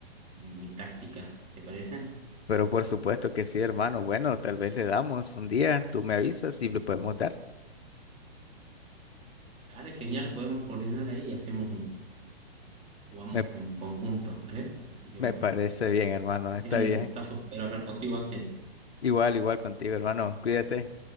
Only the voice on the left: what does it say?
Pero por supuesto que sí, hermano. Bueno, tal vez le damos un día, tú me avisas y le podemos dar.
Me,
me
parece bien, hermano,
está
bien.
Igual, igual contigo, hermano. Cuídate.